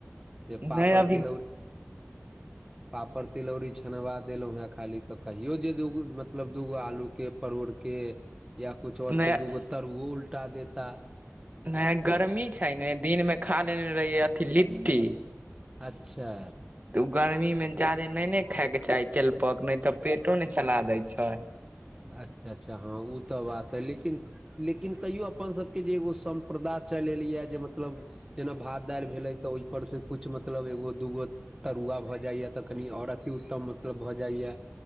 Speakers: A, on the right (about 15°); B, on the right (about 35°).
A: जे पापड़,
B: नहि अभी
A: तिलोड़ी पापड़, तिलौड़ी छनबा देलहूँ खाली त कहियो जे दूगो ऊ मतलब दूगो आलू के, परोड़के य कुछ और
B: नहि
A: के दूगो तरुओ उलटा देता
B: नहि गर्मी छै ने, दिन मे खा लेने रहिये अथि लिट्टी
A: अच्छा।
B: तऽ गर्मी मे जादे नहि ने खाय के चाही तेलपक, नहि तऽ पेटो ने चला दै छै।
A: अच्छा अच्छा हँ ओ तऽ बात है लेकिन। लेकिन तैयो अपन सभके जे एगो सम्प्रदा चलि एलैए जे मतलब। जेना भात, दाइल भेलै तऽ ओहिपर से कुछु मतलब एगो दूगो तरुआ भऽ जाइए तऽ कनि आओर अति उत्तम मतलब भऽ जाइए।